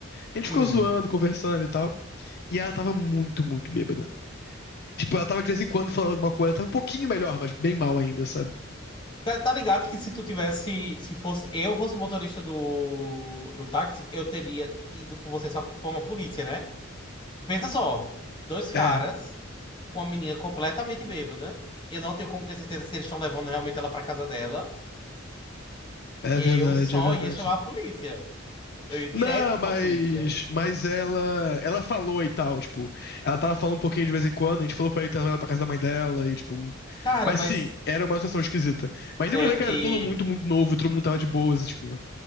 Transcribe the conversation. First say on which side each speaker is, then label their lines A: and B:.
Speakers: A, on the left; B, on the left.
A: A gente ficou
B: Hum.
A: zoando, conversando e tal. E ela tava muito, muito bêbada. Tipo, ela tava de vez em quando falando alguma coisa. Tava um pouquinho melhor, mas bem mal ainda, sabe?
B: Tá, tá ligado que se tu tivesse, se fosse eu fosse o motorista do, do táxi, eu teria ido com você só pra uma polícia, né? Pensa só, dois caras
A: É,
B: com uma menina completamente bêbada. Eu não tenho como ter certeza se eles estão levando realmente ela pra casa dela.
A: é
B: Eu
A: verdade,
B: só
A: é verdade.
B: ia chamar a polícia. Eu ia
A: Não,
B: direto
A: mas,
B: pra polícia.
A: mas ela, ela falou e tal, tipo, ela tava falando um pouquinho de vez em quando, a gente falou pra ele trazer ela que tava pra casa da mãe dela e tipo,
B: Cara,
A: mas
B: mas.
A: sim, era uma situação esquisita. Mas
B: É,
A: deu pra ver que era
B: é...
A: tudo muito, muito novo, e todo mundo tava de boas, e, tipo.